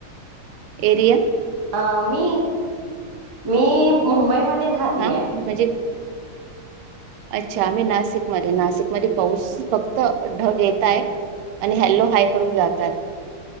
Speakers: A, on the right; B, on the right.
A: एरिया.
B: आ मी मी. मुंबईमध्ये राहते
A: हा
B: ए.
A: म्हणजे अच्छा आम्ही नाशिक मध्ये नाशिक मध्ये पाऊस फक्त ढग येत आहेतआणि हॅलो हाय करून जातात.